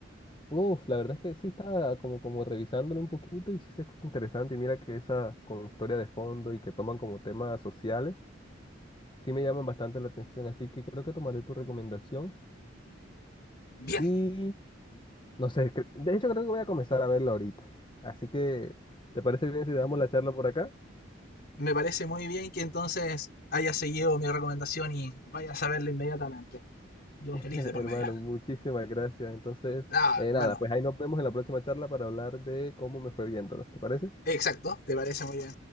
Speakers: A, on the left; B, on the left.
A: Uf, la verdad es que sí estaba como, como revisándolo un poquito y sí se escucha interesante. Y mira que esa con historia de fondo y que toman como temas sociales, sí me llaman bastante la atención. Así que creo que tomaré tu recomendación.
B: bien,
A: Y no sé, cre- de hecho creo que voy a comenzar a verlo ahorita. Así que, ¿te parece bien si damos la charla por acá?
B: me parece muy bien que entonces haya seguido mi recomendación y vayas a verla inmediatamente. Yo
A: <laughs>
B: feliz
A: Hermano,
B: de por medio.
A: muchísimas gracias. Entonces,
B: Ah,
A: eh,
B: hermano,
A: nada, pues ahí nos vemos en la próxima charla para hablar de cómo me fue viéndolo. ¿Te parece?
B: exacto, te parece muy bien.